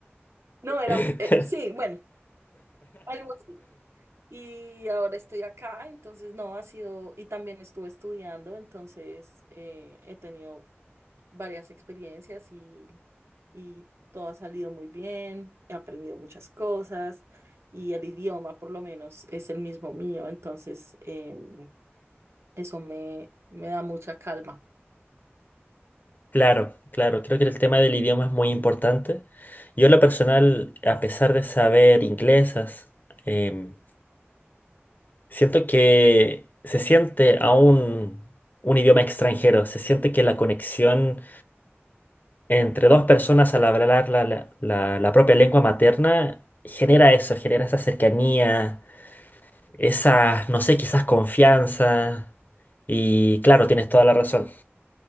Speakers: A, on the right; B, on the left.
A: No, era,
B: <laughs>
A: eh, sí, bueno, algo así. Y ahora estoy acá, entonces no ha sido, y también estuve estudiando, entonces eh, he tenido varias experiencias y, y todo ha salido muy bien, he aprendido muchas cosas y el idioma por lo menos es el mismo mío, entonces em, eso me, me da mucha calma.
B: Claro, claro, creo que el tema del idioma es muy importante. Yo en lo personal, a pesar de saber inglesas, em, siento que se siente aún un idioma extranjero, se siente que la conexión... entre dos personas al hablar la, la- la- la propia lengua materna, genera eso, genera esa cercanía, esa, no sé, quizás confianza. Y claro, tienes toda la razón